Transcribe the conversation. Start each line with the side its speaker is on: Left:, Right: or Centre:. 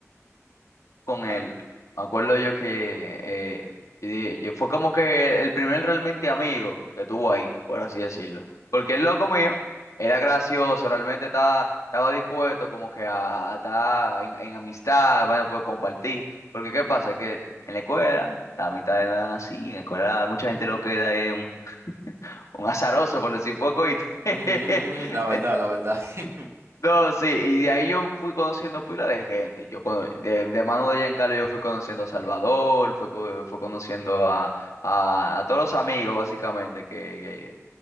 Left: con él.
Right: Ah,
Left: Me acuerdo yo que eh, y di- yo- fue como que el primer realmente amigo que tuvo ahí, por así decirlo. Porque el loco mío era gracioso, realmente estaba, estaba dispuesto como que a, a estar en, en amistad, bueno, pues compartir. Porque ¿qué pasa? Que en la escuela la mitad no eran así, en la escuela mucha gente lo queda en un, <laughs> un azaroso, por decir poco, y <laughs> entonces
Right: ujú, ujú, ujú, La verdad, la verdad. <laughs>
Left: no, sí, y de ahí yo fui conociendo pila de gente. Yo cono- de, de mano de Giancarlo yo fui conociendo a Salvador, fui, co- fui conociendo a, a, a todos los amigos básicamente que, que,